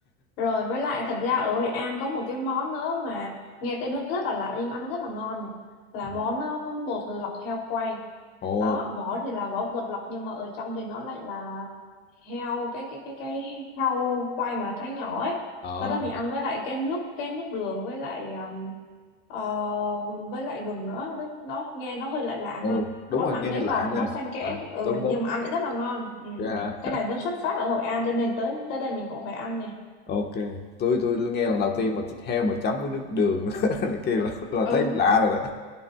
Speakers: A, on the left (about 70°); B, on the left (about 35°).
A: Rồi với lại thật ra ở Hội An có một cái món nữa mà nghe tên nó rất là lạ nhưng ăn nó rất là ngon này. Là
B: Ừ.
A: món ờ, bột lọc heo quay.
B: ồ
A: Đó, vỏ thì là vỏ bột lọc nhưng mà ở trong thì nó lại là heo cái cái cái cái heo quay mà thái nhỏ ấy
B: ờ
A: sau đó mình ăn với lại cái nước cái nước đường với lại um, ờ, với lại gừng nữa đấy nó nghe nó hơi lạ lạ
B: đúng
A: ha
B: rồi, đúng
A: món
B: rồi
A: mặn
B: nghe
A: với
B: lạ
A: ngọt nó
B: nha
A: xen kẽ
B: à,
A: ừ
B: đúng đúng
A: nhưng mà ăn lại rất là ngon ừ.
B: yeah.
A: cái này nó xuất phát ở Hội An cho nên tới tới đây mình cũng phải ăn này
B: ok tôi tôi nghe lần đầu
A: ừ
B: tiên mà thịt heo mà chấm với nước đường <laughs> này kia là,
A: ừ
B: là thấy lạ rồi